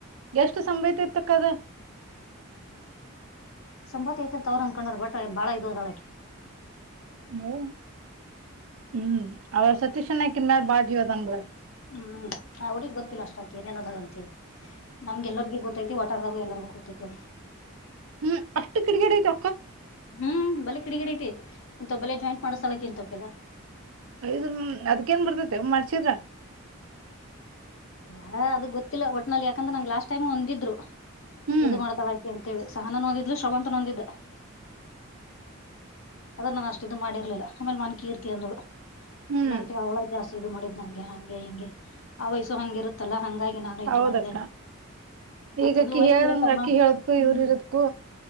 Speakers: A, on the right (about 75°); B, on the left (about 70°).
A: ಎಷ್ಟು ಸಂಬಯತಿ ಇತಕ್ಕದ
B: ಸಂಪಾತಿ ಐತೆ ಅಂತ ಅವ್ರ ಅನ್ಕೊಂಡಾರ ಬಟ್ ಬಾಳ ಇದ ಅದಳೆ
A: ಹ ಹ್ಮ್ ಅವ ಸತೀಶ್ನಕಿನ್ನಾರ ಬಾಗ ಇವದನ್್ರ
B: ಹ್ಮ್ ಅವ್ರಗ್ ಗೊತ್ತಿಲ್ಲ ಅಷ್ಟಾಕ ಏನೇನದಾಳ ಅಂತ ಹೇಳಿ ನಮ್ಗೆಲ್ಲರಿಗ ಗೊ ಗೊತ್ತೈತಿ ಒಟಾರದಾಗ ಎಲ್ಲರಿಗೂ ಗೊತ್ತೈತ್ತು
A: ಹ್ಮ್ ಅಷ್ಟು ಕಿಡಿಗಿ ಆ ಐತ
B: ಹ್ಮ್ ಬಲೆ ಕಿಡಿಗಿಡ ಐತಿ ಇಥವ ಬಲೆ ಜಾಯಿಂಟ್ ಮಾಡೋ ಸ್ಥಳಕ್ಕೆ ಇಂತವ ಕೆಲ್ಲ
A: ಐ ಅದ್ನ್ ಬರ್ತತೆ ಮಾಡ್ಚಿದ್ರ
B: ಯಾರ ಅದ ಗೊತ್ತಿಲ್ಲ ಒಟ್ನಲ್ಲಿ ಯಾಕಂದ್ರೆ ನಂಗ್ ಲಾಸ್ಟ್ ಟೈಮ್ ಒಂದಿದ್ರು
A: ಹ್ಮ್
B: ಇದು ಮಾಡ್ತಾಳಾಕಿ ಅಂತ ತೇಳಿ ಸಹನ ನೋಂದಿದ್ಲು ಶ್ರಮಂತ ನೋಂದಿದ್ದ ಅದನ್ನ ನಾನ ಅಷ್ಟ ಇದು ಮಾಡಿರ್ಲಿಲ್ಲ ಆಮೇಲೆ ಮನ್ಕಿ ಇರ್ತಿ ಅಂದಳು
A: ಹ್ಮ್
B: ಇಟಿ ಅವಳ ಜಾಸ್ತಿ ಇದು ಮಾಡಿದ್ ನನಗೆ ಹಂಗೆ ಹಿಂಗೆ ಆ ವಯಸ್ಸು ಹಂಗ ಇರುತ್ತಲ್ಲ ಹಂಗಾಗಿ ನಾನು ಇದ್
A: ಹೌದಕ್ಕ
B: ಮಾಡ್ದ
A: ಈಗ
B: ಅಂದ
A: ಅಕಿ
B: ವಯ್ಸ
A: ಹೇಳ್ದಂಗ
B: ಇರತ್ತಮ್ಮ
A: ಅಕಿ ಹೇಳದಕ್ಕೂ
B: ಹ್ಮ್
A: ಇವ್ರ ಇರದಕ್ಕೂ